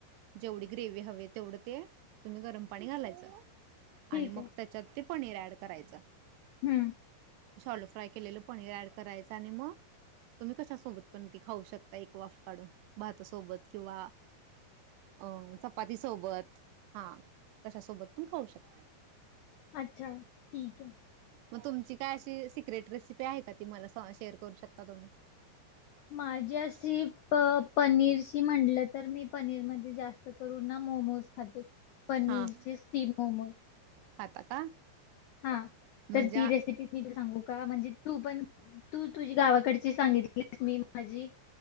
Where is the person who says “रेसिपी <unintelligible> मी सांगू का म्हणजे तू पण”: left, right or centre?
Left